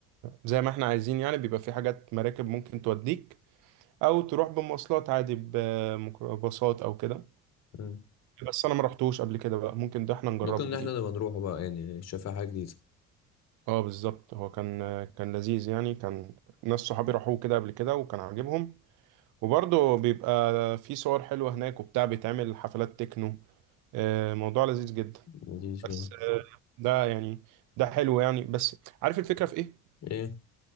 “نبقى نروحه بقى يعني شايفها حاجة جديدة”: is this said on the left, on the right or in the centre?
Left